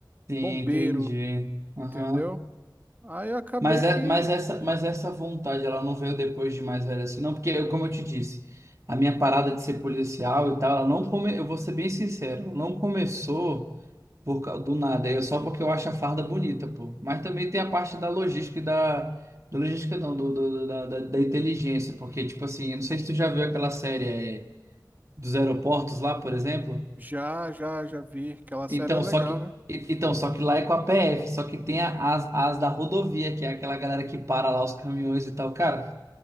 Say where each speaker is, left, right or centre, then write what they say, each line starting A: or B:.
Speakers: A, on the right (about 40°); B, on the right (about 25°).
A: Sim,
B: bombeiro,
A: entendi. Aham.
B: entendeu? Aí eu acabei
A: Mas,
B: que
A: é, mas, essa, mas essa vontade, ela não veio depois de mais velho assim, não, porque, eu, como eu te disse, a minha parada de ser policial e tal, ela não come, eu vou ser bem sincero, ela não começou por, cau- do nada, é só porque eu acho a farda bonita, pô. Mas também tem a parte da logística e da. Da logística não, do, do- do- da, da, da inteligência, porque, tipo assim, eu não sei se tu já viu aquela série é, dos aeroportos lá, por exemplo.
B: já, já, já vi, aquela série
A: Então,
B: é legal,
A: só que.
B: né?
A: e- Então, só que lá é com a PF, só que tem a- as, as da rodovia, que é aquela galera que para lá os caminhões e tal. Cara,